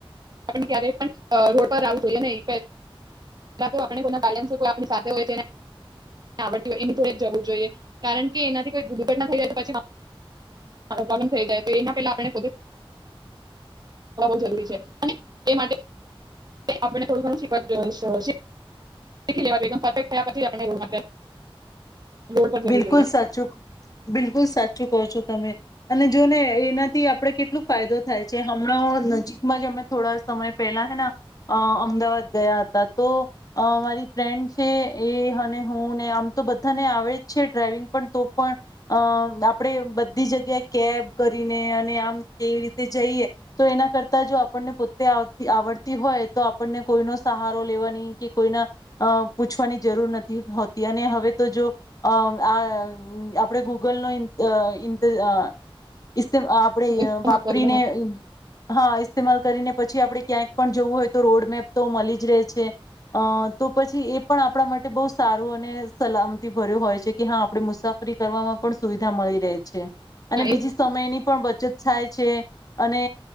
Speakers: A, on the right; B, on the left.
A: આપડને ક્યારેય પણ રોડ પર આવવું જોઈએ નહી. પેલા તો આપ કોઈના <unintelligible> સાથે હોય, તેને આવડતી હોય એની જોડે જ જવું જોઈએ, કારણ કે એનાથી કોઈ દુર્ઘટના થઈ જાય તો પછી, પ્રોબ્લેમ થઈ જાય તો એના પહેલા આપમે <unintelligible> જરૂરી છે. એ માટે <unintelligible> આપણે થોડું ઘણું શી <unintelligible> શીખી <unintelligible> પરફેક્ટ થયા પછી જ આપણે રોડ <unintelligible> રોડ પર
B: બિલકુલ
A: જવું જોઈએ
B: સાચું ક, બિલકુલ સાચુ કહો છો તમે, અને જો ને એનાથી આપડે કેટલું ફાયદો થાય છે. હમણાં નજીકમાં જ અમે થોડા સમય પહેલા હેના અહ અમદાવાદ ગયા હતા તો અહ મારી ફ્રેન્ડ છે એ અને હું ને આમ તો બધાને આવે છે ડ્રાઈવિંગ પણ તો પણ અહ આપણેે બધી જગ્યાએ કેબ કરીને અને આમ કેવી તે રીતે જઈએ તો એના કરતા જો આપ આપણને પોતે આવતી આવડતી હોય તો આપણને કોઈનો સહારો લેવાની કે કોઈના અહ પૂછવાની જરૂર નથી હોતી અને હવે તો જો અ આ આપડે ગૂગલ નો <unintelligible> આપણે
A: ઇસ્તેમાલ
B: વાપરીને
A: કરીને
B: હા. ઇસ્તમાલ કરીને પછી આપડે ક્યાંક પણ જવું હોય તો રોડ મેપ તો મળી જ રહે છે અ તો પછી એ પણ આપણા માટે બહુ સારું અને સલામતી ભર્યો હોય છે. છે કે હા આપડે મુસાફરી કરવાવામાં પણ સુવિધા મળી રહે છે. અને બીજી
A: એ
B: સમયની પણ બચત થાય છે. અને